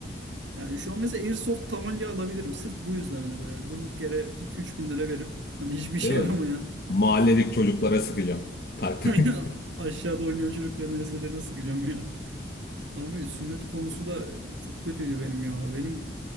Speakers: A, on the right; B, on the left.
A: Yani şu an mesela Airsoft tabanca alabilirim. Sırf bu yüzden hani böyle durduk yere iki üç bin lira verip hani hiçbir işe
B: Değil
A: yaramayan
B: mi? Mahalledeki çocuklara sıkacağım. Tak tak.
A: <laughs>
B: <laughs>
A: aşağıda oynayan çocukların enselerine sıkacağım yani. Abi sünnet konusu da çok kötüydü benim ya. Benim